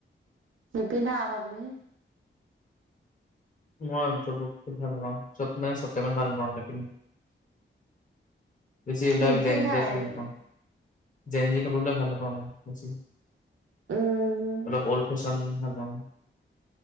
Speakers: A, on the right; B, on the left.
A: নিপিন্ধা আকৌ তুমি।
B: মই চব বস্তু ভাল নাপাওঁ। চব মানে চব টাইমত ভাল পাওঁ নিপিন বেছি এইবিলাক
A: নিপিন্ধায়ে
B: জেন জেট ভাল
A: তুমি
B: পাওঁ। জেনজি কাপোৰ বিলাক ভাল নাপাওঁ মই। <unintelligible>
A: উম
B: অলপ অল্ড ফেশ্বন ভাল পাওঁ মই।